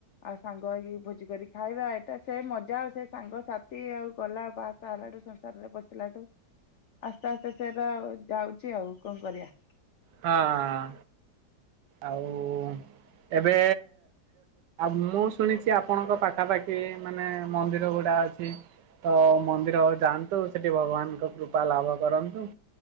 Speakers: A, on the left (about 80°); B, on the right (about 80°).
A: ଆଉ ସାଙ୍ଗ ହେଇକି ଭୋଜି କରି ଖାଇବା ଏଇଟା ସେ ମଜା ଆଉ ସେ ସାଙ୍ଗ ସାଥି ଆଉ ଗଲା ବା ବା ହେଲାଠୁ ସଂସାରରେ ପସିଲାଠୁ ଆସ୍ତେ ଆସ୍ତେ ସେରା ଯାଉଚି ଆଉ କଣ କରିବା।
B: ହଁ ଆଉ ଏବେ ମୁଁ ଶୁଣିଚି ଆପଣଙ୍କ ପାଖାପାଖି ମା ହେଁ ମନ୍ଦିର ଗୁଡା ଅଛି। ତ ମନ୍ଦିର ଆଉ ଯାଆନ୍ତୁ ସେଠି ଭଗବାନଙ୍କ କୃପା ଲାଭ କରନ୍ତୁ।